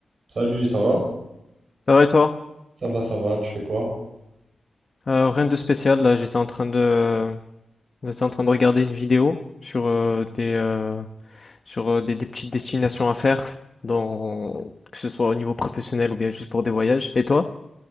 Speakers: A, on the right; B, on the left.
A: Salut, ça va?
B: Ça va et toi?
A: Ça va, ça va, tu fais quoi?
B: Euh, rien de spécial, là j'étais en train de j'étais en train de regarder une vidéo sur euh, des euh, sur euh, des, des petites destinations à faire dans que ce soit au niveau professionnel ou bien juste pour des voyages. Et toi?